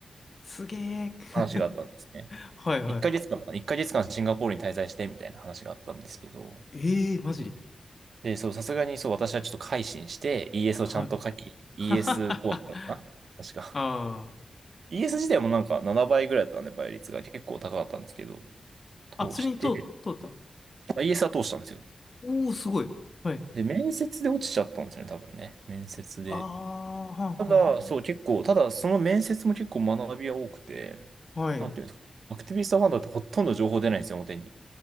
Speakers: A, on the left; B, on the right.
A: すげえ。<laughs>
B: 話があったんですね。
A: はいはい。
B: 1か月間かんかな、1ヶ月間シンガポールに滞在してみたいな話があったんですけど、
A: ええー、マジで。
B: で、そう、さすがにそう、私はちょっと改心して ES
A: はい。
B: をちゃんと書き、ES
A: <laughs> あ
B: 講師なのかな確か。
A: あ。
B: ES 自体もなんか7倍ぐらいだったんで、倍率が結構高かったんですけど、通して、
A: あ、それに通、通った
B: あ ES は通したんですよ。
A: おおー、すごい。はい。
B: で、面接で落ちちゃったんですよね、多分ね。面接で。
A: ああ、はんはん。
B: ただ、そう、結構、ただ、その面接も結構学びは多くて、
A: はい。
B: なんていうんですか。
A: う
B: アクティビストファンドってほとんど情報出ないんですよ、表に。